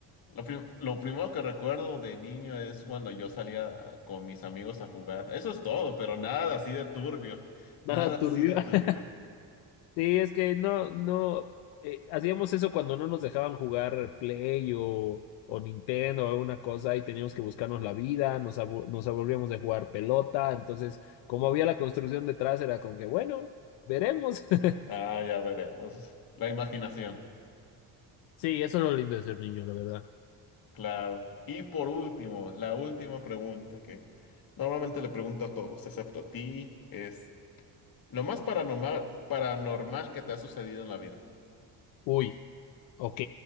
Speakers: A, on the left; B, on the left.
A: Lo, prim- lo primero que recuerdo de niño es cuando yo salía con mis amigos a jugar. Eso es todo, pero nada así de turbio.
B: Nada
A: Nada así
B: turbio.
A: de turbio.
B: <laughs> Sí, es que no, no, eh, hacíamos eso cuando no nos dejaban jugar Play o, o Nintendo o alguna cosa y teníamos que buscarnos la vida, nos, abu- nos aburríamos de jugar pelota, entonces como había la construcción detrás era como que, bueno, veremos. <laughs>
A: Ah, ya veremos. La imaginación.
B: Sí, eso es lo lindo de ser niño, la verdad.
A: Claro. Y por último, la última pregunta que normalmente le pregunto a todos, excepto a ti, es lo más paranormal, paranormal que te ha sucedido en la vida.
B: Uy, ok,